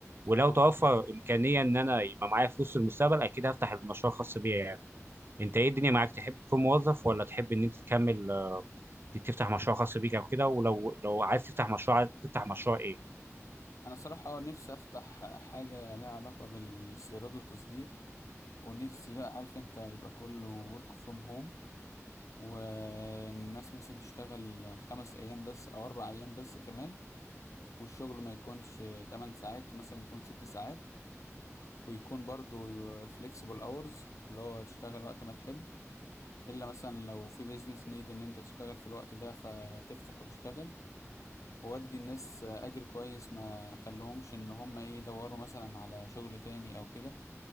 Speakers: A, on the right (about 45°); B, on the left (about 75°).
A: ولو
B: اه
A: توفر امكانيه ان انا يبقى معايا فلوس في المستقبل اكيد هفتح المشروع الخاص بيا يعني انت ايه الدنيا معاك تحب تكون موظف ولا تحب ان انت تكمل تفتح مشروع خاص بيك او كده ولو لو عايز تفتح مشروع عايز تفتح مشروع ايه
B: انا صراحة اه نفسي افتح حاجة لها علاقة بالاستيراد والتصدير ونفسي بقى عارف انت يبقى كله work from home والناس مثلا تشتغل خمس ايام بس او اربع ايام بس كمان والشغل ما يكونش 8 ساعات مثلا يكون ست ساعات ويكون برضو flexible hours اللي هو تشتغل وقت ما تحب الا مثلا لو في business need ان انت تشتغل في الوقت ده فتفتح وتشتغل وودي الناس اجر كويس ما خلهمش ان هم ايه يدوروا مثلا على شغل تاني او كده